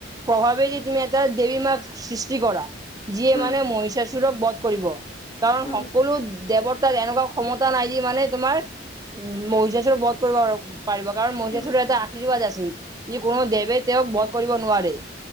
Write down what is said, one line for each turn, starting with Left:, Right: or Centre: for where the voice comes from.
Right: প্ৰভাৱেই যে তুমি এটা দেৱী মাক সৃষ্টি কৰা যিয়ে
Left: উম
Right: মানে মহিষাাসুৰক বধ কৰিব। কাৰণ
Left: উম
Right: সকলো দেৱতাৰ এনেকুৱা ক্ষমতা নাই যি মানে তোমাৰ উম মহিষাাসুৰক কৰিব আৰু পাৰিব, কাৰণ মহিষাাসুৰৰ
Left: উম উম
Right: এটা আশীৰ্বাদ আছিল যে কোনো দেৱে তেওঁক বধ কৰিব নোৱাৰে